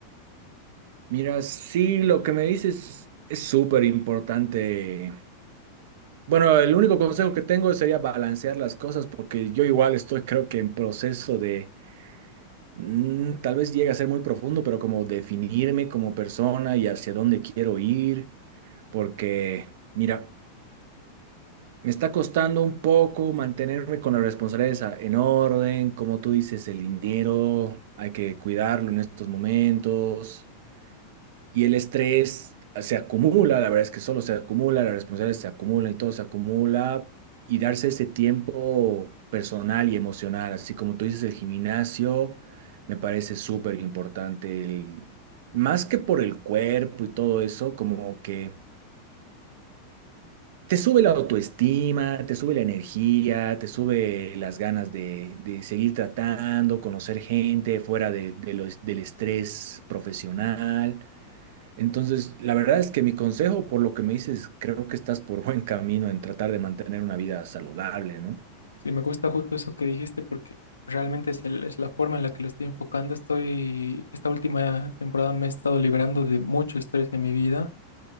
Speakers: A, on the right (about 50°); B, on the left (about 75°).
A: Mira, sí, lo que me dices es súper importante. Bueno, el único consejo que tengo sería balancear las cosas porque yo igual estoy creo que en proceso de, mm, tal vez llegue a ser muy profundo, pero como definirme como persona y hacia dónde quiero ir, porque mira, me está costando un poco mantenerme con las responsabilidades a- en orden, como tú dices, el dinero, hay que cuidarlo en estos momentos. y el estrés se acumula, la verdad es que solo se acumula, la responsabilidad se acumula y todo se acumula, y darse ese tiempo personal y emocional, así como tú dices, el gimnasio me parece súper importante, el- más que por el cuerpo y todo eso, como que te sube la autoestima, te sube la energía, te sube las ganas de, de seguir tratando, conocer gente fuera de, de los- del estrés profesional. Entonces, la verdad es que mi consejo, por lo que me dices, creo que estás por buen camino en tratar de mantener una vida saludable, ¿no?
B: Sí, me gusta justo eso que dijiste porque realmente es, el- es la forma en la que lo estoy enfocando. Estoy, esta última temporada me he estado librando de mucho estrés en mi vida